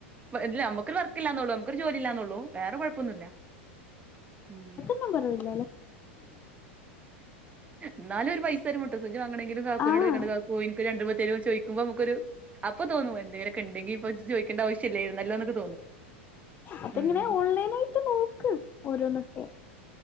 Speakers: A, on the right; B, on the left.
A: ഇല്ല അമ്മക്ക് ഒരു വർക്ക് ഇല്ലാന്നുള്ളൂ നമ്മക്ക് ഒരു ജോലി ഇല്ലാന്നുള്ളൂ വേറെ കൊഴപ്പ പ്പൊന്നുല്ല ഉം
B: <unintelligible> ന്നും കൊറവില്ല ല്ലെ
A: ന്നാലും ഒരു പൈസ ഒരു മുട്ടു സൂചി വാങ്ങണേങ്കിലും കാക്കൂനോട്
B: ആഹ്
A: ചോയ്ക്കണ്ടേ കാക്കു എനി ക്കൊരു രണ്ട് രൂപ തെരോ ചോയ്ക്കുമ്പമ്മക്കൊരു അപ്പൊ തോന്നും എന്തെങ്കിലൊക്കെ ഇണ്ടെങ്കിൽ ഇപ്പൊ ഇത് ചോയ്ക്കേ ക്കേണ്ട ആവശ്യലേർന്നല്ലോ ഒക്കെ തോന്നും
B: അപ്പങ്ങനെ
A: ഉം
B: ഓൺലൈനായിട്ട് നോക്ക് ഓരോന്നൊക്കെ